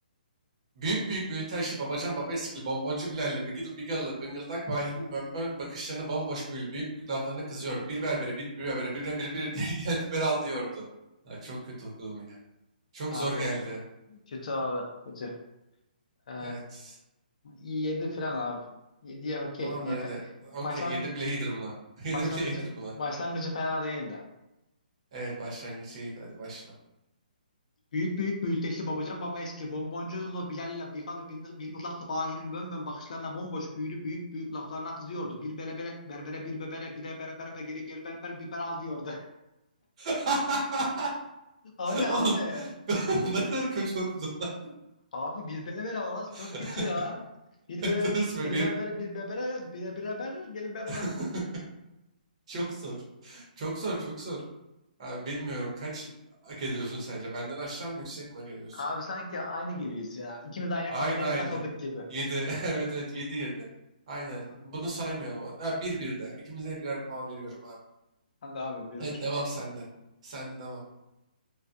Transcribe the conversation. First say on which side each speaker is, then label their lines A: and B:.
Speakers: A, on the right (about 40°); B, on the left (about 50°).
A: Büyük büyük büyülü aşı babacan baba eskili bonboncu Bilal'le bigil bigalı bıngıldak Bahir'in bönbön bakışlarına bomboş büyülü büyük büyük laflarına kızıyordu. Bir berbere bir berbere bir de bir bir bir gel biber al diyordu. Ya çok kötü okudum ya. Çok
B: Abi
A: zor geldi.
B: kötü abi kötü. Ee,
A: Evet.
B: 7 falan abi. 7'ye okey.
A: Tamamdır
B: Yine fe-
A: hadi. Okey
B: başlan
A: yedi bile iyidir buna. <laughs>
B: Başlangıcı
A: Yedi bile iyidir buna.
B: başlangıcı fena değildi.
A: Evet başlangıcı iyiydi hadi başla.
B: Büyük büyük büyüteçli babacan baba eski bonboncunlu Bilal'le Bigal'le Bin- Bingıllak'la Bahi'nin bönbön bakışlarına bomboş büyülü büyük büyük laflarına kızıyordu. Bir berebere berbere bir bebere bire bere berebe geri geri berber bir bere al diyordu. <laughs>
A: <laughs>
B: O ne
A: Oğlum
B: abi?
A: <laughs> ne kadar kötü okudum lan.
B: Abi bir berbere orası
A: <laughs>
B: çok kötü ya. Bir berbere,
A: Dur, benim
B: bir berbere, bir berbere, bire bire ber, gel berber.
A: <laughs> çok zor. Çok zor çok zor. Abi bilmiyorum kaç hak ediyorsun sence? Benden aşağı mı yüksek mi hak ediyorsun?
B: Abi sanki aynı gibiyiz ya. İkimiz aynı,
A: Aynı
B: aynı yere
A: aynı.
B: takıldık gibi.
A: Yedi <laughs> Evet evet 7 7. Aynen.
B: Hı.
A: Bunu saymayalım. abi. Ha bir 1 de. İkimize birer puan veriyorum abi.
B: Hadi abi bir
A: Hadi
B: bir.
A: devam sende. Sende devam.